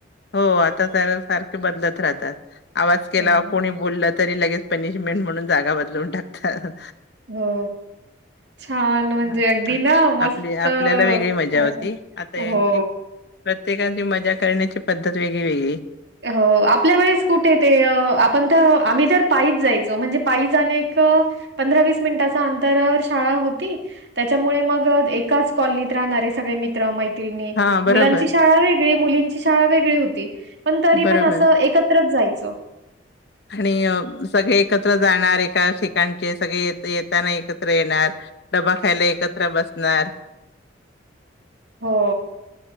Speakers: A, on the left; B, on the right.
A: हो आता जागा सारखे बदलत राहतात आवाज केला
B: हो,
A: कोणी बोललं तरी लगेच पनिशमेंट म्हणून जागा बदलवून टाकतात
B: हो छान म्हणजे
A: हा
B: अगदी ना मस्त
A: आपली आपल्याला वेगळी मजा
B: वाटत
A: होती आता यांची
B: हो
A: प्रत्येकाची मजा करण्याची पद्धत वेगळी वेगळी
B: हो आपल्या वेळेस कुठे ते अ आपण तर, आम्ही तर पायीच जायचो, म्हणजे पायी जाण्याइतक पंधरा वीस मिनटाच अंतरावर शाळा होती. त्याच्यामुळे मग एकाच कॉलनीत राहणारे सगळे मित्र मैत्रीण <inaudible>
A: हा बरोबर
B: मुलांची शाळा वेगळी मुलींची शाळा वेगळी होती पण तरी
A: बरोबर
B: पण अस एकत्र जायचो
A: आणि अ सगळे एकत्र जाणार एका ठिकाणचे सगळे येताना एकत्र येणार डबा खायला एकत्र बसणार
B: हो